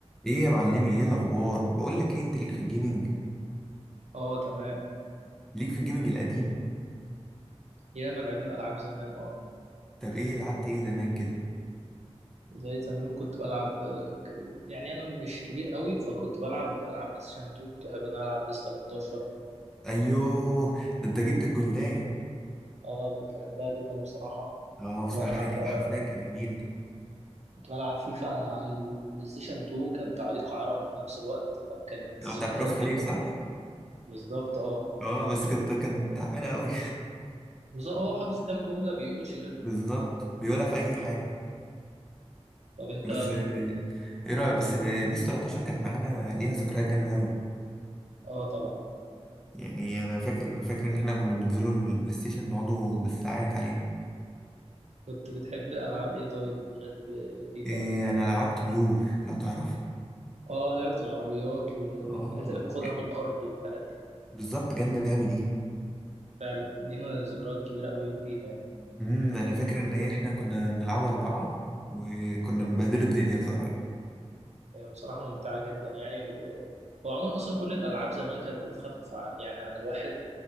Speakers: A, in the centre; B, on the right (about 75°).
A: ايه يا معلمي ايه الاخبار بقول لك ايه انت ليك في الجيمنج
B: اه تمام
A: ليك في الجيمنج القديم
B: ياما لعبنا العاب زمان اه
A: طب ايه لعبت ايه زمان كده
B: زي زمان كنت بلعب ك- يعني انا مش كبير قوي فكنت بلعب العاب بلاي ستيشن 2 كنت بحب ان انا العب بيس 13
A: ايوه ده انت جبت الجلدايه
B: اه كنت بحبها جدا بصراحه
A: اه
B: كنت
A: بصراحه
B: بلعب
A: هي كانت
B: بقى
A: حرفيا كانت جميله
B: كنت بلعب فيفا على البلاي ستيشن 2 كان تعليق عربي في نفس الوقت فكانت
A: ده
B: ذكريات
A: بتاعت رؤوف خليل
B: جميله
A: صح
B: بالظبط اه
A: اه بس كانت كان تعبانه قوي
B: بالظبط هو حافظ كام جمله بيقولش
A: <laughs>
B: غيرهم
A: بالظبط
B: يعني
A: بيقولها في اي حاجه
B: طب انت
A: بس
B: بن...
A: آه، ايه رايك بس ب- بيس 13 كانت معانا ليها ذكريات جامده قوي
B: اه طبعا
A: يعني انا فاكر فاكر ان احنا كنا بننزلوا البلاي ستيشن نقعدوا بالساعات عليها
B: كنت بتحب العاب ايه طيب غير ب- فيفا
A: إيه انا لعبت بلور لو تعرفها
B: اه لعبة العربيات وال- والحاجات
A: اه
B: اللي بتاخدها من الأرض والحاجات دي
A: بالظبط جامدة أوي دي
B: فعلا لينا ذكريات كبيرة قوي فيها يعني
A: امم أنا فاكر إن هي إحنا كنا بنلعبها أربعة وكنا مبهدلوا الدنيا صراحة
B: آه، بصراحة ممتعة جدا يعني و... وعموما أصلا كل الألعاب زمان كانت بتخفف ع- يعني عن الواحد